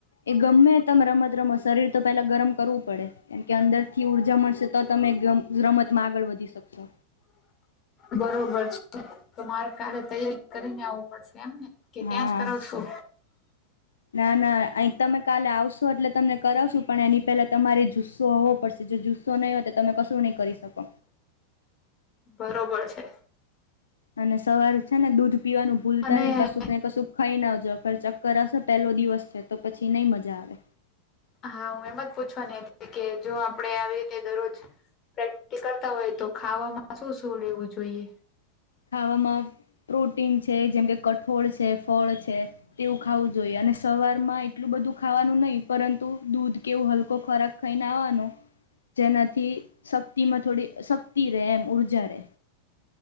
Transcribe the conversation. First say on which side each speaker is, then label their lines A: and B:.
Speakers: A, on the left; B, on the left.
A: એ ગમે તમે રમત રમત શરીર તો પહેલા કરવું પડે. કેમ કે, અંદરથી ઉર્જા મળશે તો તમે રમતમાં આગળ વધી શકશો.
B: બરોબર છે. તો મારે કાલે તૈય કરીને આવવું પડશે એમને કે, ત્યાં
A: હા
B: જ કરાવશું?
A: ના ના. અહી તમે કાલે આવશો એટલે તમને કરાવશું પણ એની પહેલા. તમારે જુસ્સો હોવો પડશે. જો જુસ્સો નહીં હોય, તો તમે કશું નહીં કરી શકો?
B: બરોબર છે.
A: અને સવાર છે ને દૂધ પીવાનું, ભૂલતા
B: અને
A: નહીં કશુંક ને કશુંક ખાઈ ના આવજોર ચક્કર આવશે પહેલો દિવસ છે તો પછી નહીં મજા આવે.
B: હા હું એમ જ પૂછવાની હતી કે જો આવી રીતે દરરોજ, પ્રેક્ટિસ કરતા હોય તો ખાવામાં શું શું લેવું જોઈએ.
A: ખાવામાં પ્રોટીન છે, જેમ કે કઠોળ છે, ફળ છે, તેવું ખાવું જોઈએ અને સવાર માં એટલું બધું, ખાવાનું નહી પરંતુ દૂધ કેવો હલકો ખોરાક ખાઈને આવાનો, જેનાથી શક્તિ માં થોડી શક્તિ રે એમ ઊર્જા રે,